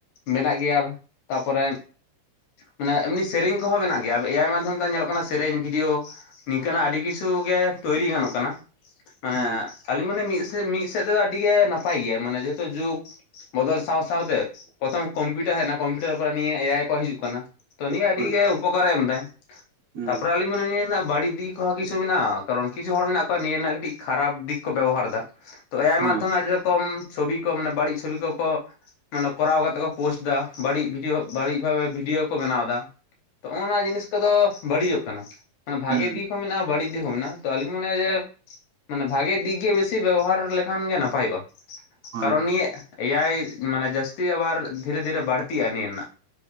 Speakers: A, on the left (about 70°); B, on the right (about 65°).
A: ᱢᱮᱱᱟᱜ ᱜᱮᱭᱟ ᱛᱟᱨᱯᱚᱨᱮ ᱢᱟᱱᱮ ᱮᱢᱱᱤ ᱥᱮᱨᱮᱧ ᱠᱚᱦᱚᱸ ᱢᱮᱱᱟᱜ ᱜᱮᱭᱟ ᱮ ᱟᱭ ᱢᱟᱫᱽᱫᱷᱚᱢ ᱛᱮ ᱧᱮᱞᱚᱜ ᱠᱟᱱᱟ ᱥᱮᱨᱮᱧ ᱵᱷᱤᱼᱼ ᱰᱤᱭᱳᱣ ᱱᱤᱝᱠᱟᱹᱱᱟᱜ ᱟᱹᱰᱤ ᱠᱤᱪᱷᱩ ᱜᱮ ᱛᱳᱭᱨᱤ ᱜᱟᱱᱚᱜ ᱠᱟᱱᱟ᱾ ᱢᱟᱱᱮ
B: ᱦᱩᱸ
A: ᱟᱹᱞᱤᱧ ᱢᱟᱱᱮ ᱢᱤᱫ ᱥᱮᱫ ᱢᱤᱫ ᱥᱮᱫ ᱛᱮᱫᱚ ᱟᱹᱰᱤᱜᱮ ᱱᱟᱯᱟᱭ ᱜᱮᱭᱟ ᱢᱟᱱᱮ ᱡᱮᱦᱮᱛᱩ ᱡᱩᱜᱽ ᱵᱚᱫᱚᱞ ᱥᱟᱶ ᱥᱟᱶᱛᱮ ᱯᱨᱚᱛᱷᱚᱢ ᱠᱚᱢᱯᱤᱭᱩᱴᱟᱨ ᱦᱮᱡᱱᱟ ᱠᱚᱢᱯᱤᱭᱩᱴᱟᱨ ᱯᱚᱨᱮ ᱱᱤᱭᱟᱹ ᱮ ᱟᱭ ᱠᱚ ᱦᱤᱡᱩᱜ ᱠᱟᱱᱟ᱾ ᱛᱚ ᱱᱤᱭᱟᱹ ᱟᱹᱰᱤ
B: ᱦᱳᱭ
A: ᱜᱮ ᱩᱯᱚᱠᱟᱨᱮ ᱮᱢᱫᱟ
B: ᱦᱩᱸ
A: ᱛᱟᱯᱚᱨᱮ ᱟᱹᱞᱤᱧ ᱱᱤᱭᱟᱹ ᱨᱮᱱᱟᱜ ᱵᱟᱹᱲᱤᱡ ᱫᱤᱠ ᱦᱚᱸ ᱠᱤᱪᱷᱩ ᱢᱮᱱᱟᱜᱼᱟ ᱠᱟᱨᱚᱱ ᱠᱤᱪᱷᱩ ᱦᱚᱲ ᱢᱮᱱᱟᱜ ᱠᱚᱣᱟ ᱱᱤᱭᱟᱹ ᱨᱮᱱᱟᱜ ᱠᱟᱹᱴᱤᱡ ᱠᱷᱟᱨᱟᱯ ᱫᱤᱠ ᱠᱚ ᱵᱮᱵᱚᱦᱟᱨᱫᱟ᱾ ᱛᱚ ᱮ ᱟᱭ
B: ᱦᱳᱭ
A: ᱢᱟᱫᱽᱫᱷᱚᱢ ᱟᱹᱰᱤ ᱨᱚᱠᱚᱢ ᱪᱷᱚᱵᱤ ᱠᱚ ᱢᱟᱱᱮ ᱵᱟᱹᱲᱤᱡ ᱪᱷᱚᱵᱤ ᱠᱚᱠᱚ ᱢᱟᱱᱮ ᱠᱚᱨᱟᱣ ᱠᱟᱛᱮᱫ ᱠᱚ ᱯᱳᱥᱴ ᱮᱫᱟ ᱵᱟᱹᱲᱤᱡ ᱵᱷᱤᱰᱭᱳᱣ ᱵᱟᱹᱲᱤᱡ ᱵᱷᱟᱵᱮ ᱵᱷᱤᱰᱭᱳᱣ ᱠᱚ ᱵᱮᱱᱟᱣ ᱮᱫᱟ᱾ ᱛᱚ ᱚᱱᱟ ᱡᱤᱱᱤᱥ ᱠᱚᱫᱚ ᱵᱟᱹᱲᱤᱡᱚᱜ ᱠᱟᱱᱟ ᱢᱟᱱᱮ ᱵᱷᱟᱜᱮ
B: ᱦᱩᱸ
A: ᱫᱤᱠ ᱢᱮᱱᱟᱜᱼᱟ ᱵᱟᱹᱲᱤᱡ ᱫᱤᱠ ᱦᱚᱸ ᱢᱮᱱᱟᱜᱼᱟ ᱛᱚ ᱟᱹᱞᱤᱧ ᱢᱚᱱᱮᱭᱟ ᱡᱮ ᱢᱟᱱᱮ ᱵᱷᱟᱜᱮ ᱫᱤᱠ ᱜᱮ ᱵᱮᱥᱤ ᱵᱮᱵᱚᱦᱟᱨ ᱞᱮᱠ ᱠᱷᱟᱱ ᱜᱮ ᱱᱟᱯᱟᱭᱚᱜᱼᱟ
B: ᱦᱳᱭ
A: ᱠᱟᱨᱚᱱ ᱱᱤᱭᱟᱹ ᱮ ᱟᱭ ᱢᱟᱱᱮ ᱡᱟᱹᱥᱛᱤ ᱟᱵᱟᱨ ᱫᱷᱤᱨᱮ ᱫᱷᱤᱨᱮ ᱵᱟᱹᱲᱛᱤᱟ ᱱᱤᱭᱟᱹ ᱨᱮᱱᱟᱜ